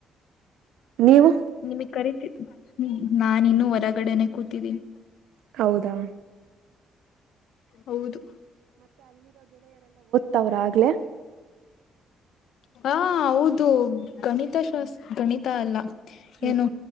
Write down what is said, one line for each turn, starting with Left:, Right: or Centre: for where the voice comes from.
Right: ನೀವು
Left: ನಿಮಿಗ್ ಕರಿತೀ. ಹ್ಮ್ ನಾನಿನು ಹೊರಗಡೆನೆ ಕೂತಿದ್ದೀನಿ.
Right: ಹೌದಾ
Left: ಹೌದು
Right: ತವ್ರ ಆಗ್ಲೇ.
Left: ಹಾ ಹೌದು ಗಣಿತ ಶಾಸ್ ಗಣಿತ ಅಲ್ಲ.
Right: ಹ್ಮ್
Left: ಏನು